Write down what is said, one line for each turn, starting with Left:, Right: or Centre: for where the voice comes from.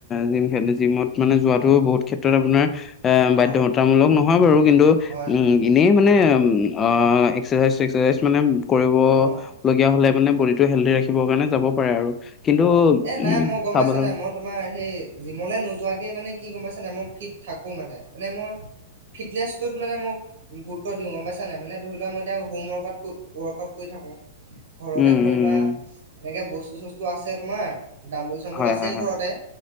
Left: জিম জিমত মানে যোৱাটো বহুত ক্ষেত্ৰত আপোনাৰ এ বাধ্যতামূলক
Right: অ
Left: নহয় বাৰু কিন্তু
Right: হয় হয়
Left: উম এনেই মানে অ এক এস্কছাইজ ছেস্কছাইজ মানে কৰিবলগীয়া
Right: অ
Left: হ'লে মানে বডিটো হেলডি ৰাখিবৰ কাৰণে যাব পাৰে আৰু। কিন্তু
Right: অ এ নাই
Left: উম,
Right: মই গম
Left: চাবলৈ
Right: পাইছা নাই মই তোমাৰ সেই জিমলে নোযোৱাকে মানে কি গম পাইছা নাই মই ফিট থাকো মানে মানে ম ফিটনেচটোত মানে মোক গুৰুত্ব দিওঁ গম পাইছা নাই মানে ধৰি লোৱা মই এতিয়া হোমৱৰ্কত ৱৰ্কআউট কৰি থাকো। ঘৰতে
Left: উম
Right: ধৰি
Left: উম
Right: লোৱা
Left: উম
Right: এনেকে বস্তু চস্তু আছে তোমাৰ দাম্বোুল চাম্বুল
Left: হয়
Right: আছেই
Left: হয় হয়
Right: ঘৰতে।